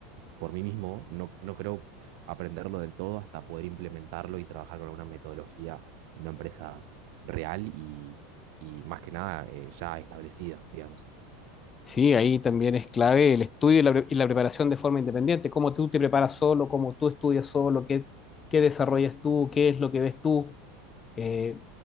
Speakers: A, on the right; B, on the left.
A: por mí mismo, no, no creo aprenderlo del todo hasta poder implementarlo y trabajar con alguna metodología en una empresa real y, y más que nada eh, ya establecida, digamos.
B: Sí, ahí también es clave el estudio y la, pre- y la preparación de forma independiente, cómo tú te preparas solo, cómo tú estudias solo, qué, qué desarrollas tú, qué es lo que ves tú. Eh,